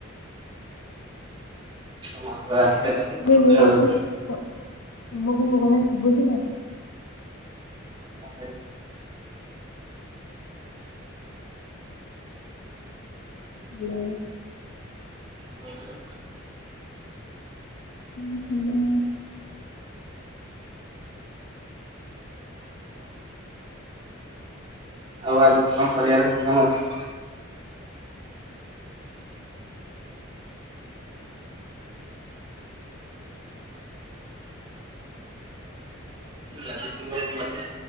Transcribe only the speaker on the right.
<unintelligible>
ଗାଧଉଥିଲେ।
କଁ କହିଲେ?
ହଁ ଲୋ।
ଆଉ ଆଗକୁ କଣ କରିଆର ପୋଗ୍ରାମ୍ ଅଛି। ଗାଜୁଏସନ୍ ପରେ କଁ କରିବା?